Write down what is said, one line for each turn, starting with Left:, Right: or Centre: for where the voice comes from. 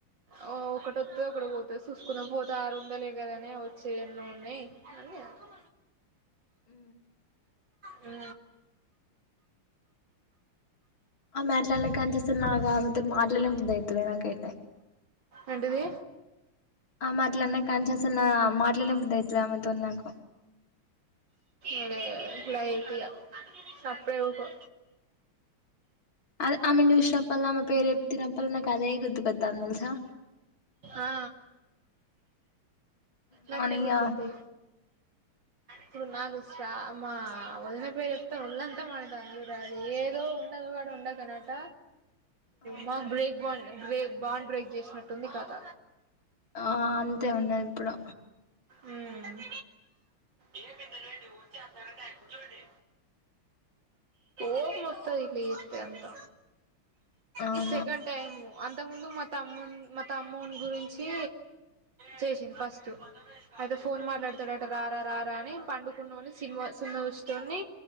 Right: ఓ ఒకటి అత్తది ఒకటి పొత్తది చూసుకున్నా పోతే ఆరు వందలు ఏ కదానే వచ్చే ఎన్నో ఉన్నాయి అని నేను అన్న
Left: ఉ
Right: ఉ
Left: ఆమె అట్లా అన్న కాన్నుంచి అసలు నాకు ఆమెతో మాట్లాడినే బుద్ధి అయితలేదు నాకైతే
Right: ఏంటిది
Left: ఆమె అట్లా అన్న కాన్నుంచి అసల్ నా మాట్లాడానే బుద్ధి అయితలేదు ఆమెతో నాకు
Right: అదేగాదా లైట్ గా సప్పుడేకా ఊకో
Left: అది ఆమె చూసినప్పుడల్లా ఆమె పేరు ఎత్తినప్పుడల్లా నాకు అదే గుర్తుకతంది తెలుసా
Right: ఆ
Left: కానీ
Right: గట్లనే
Left: ఇగ
Right: గుర్తత్తది ఇప్పుడు నాకు సా మా వదినా పేరు చెప్తే ఒళ్ళంతా మండుతాది <unintelligible> ఏదో ఉండగాడ ఉండ ఇంకనట
Left: అవును
Right: మాక్ బ్రేక్ బాం బ్రేక్ బాండ్ బ్రేక్ చేసినట్టుంది కథ
Left: ఆ అంతే ఉన్నది ఇప్పుడు
Right: ఉమ్ ఏేమిందా ఏంటిడి ఉుచ్చి అంతా కంటయకు చుోండి ఏం మొత్త ఇట్ల చెత్తే అంత
Left: అవును
Right: ఈ సెగం టైము అంత ముందు మా తమ్మున్ తమ్ముని గురించి చేసింది ఫస్ట్ అయినా ఫోన్ మాట్లాడతాడట రారా రారా అని పండుకున్నోన్ని సిమా సినిమా చూసేటోన్ని